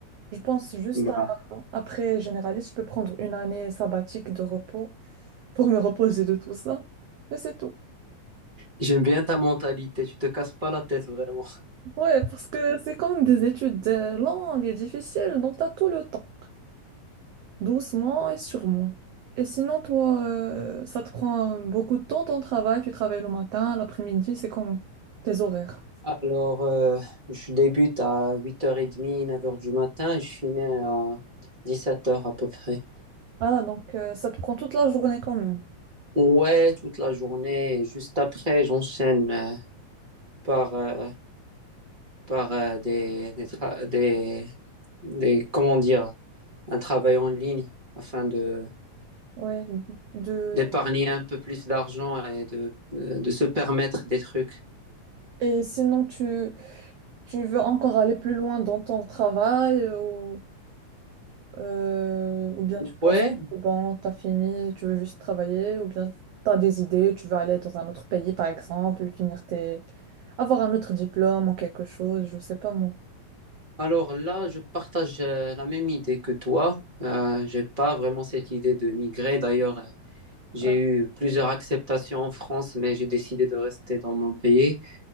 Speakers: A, on the right (about 65°); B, on the right (about 15°).
A: Je pense juste
B: Bah,
A: à, après généraliste, je peux prendre une année sabbatique de repos pour me reposer de tout ça. Mais c'est tout.
B: J'aime bien ta mentalité, tu te casses pas la tête vraiment.
A: Ouais, parce que c'est quand même des études euh, longues et difficiles, donc t'as tout le temps, doucement et sûrement. Et sinon, toi, euh, ça te prend beaucoup de temps ton travail, tu travailles le matin, l'après-midi, c'est comment? Tes horaires.
B: Alors, euh, je débute à 8h30, neuf heures du matin et je finis à dix-sept heures à peu près.
A: Ah, donc euh, ça te prend toute la journée quand même.
B: Ouais, toute la journée. et Juste après, j'enchaîne euh, par, euh, par euh, des, des, tra- des, des- comment dire, un travail en ligne afin de,
A: Ouais. De...
B: d'épargner un peu plus d'argent et de, de se permettre des trucs.
A: Et sinon, tu, Tu veux encore aller plus loin dans ton travail euh, ou, euh, ou bien tu penses
B: Ouais,
A: que c'est bon, t'as fini, tu veux juste travailler ou bien t'as des idées, tu veux aller dans un autre pays par exemple, finir tes... avoir un autre diplôme ou quelque chose, je sais pas moi.
B: alors là, je partage euh, la même idée que toi. Euh, j'ai pas vraiment cette idée de migrer. D'ailleurs, euh, j'ai
A: Ah,
B: eu plusieurs acceptations en France, mais j'ai décidé de rester dans mon pays.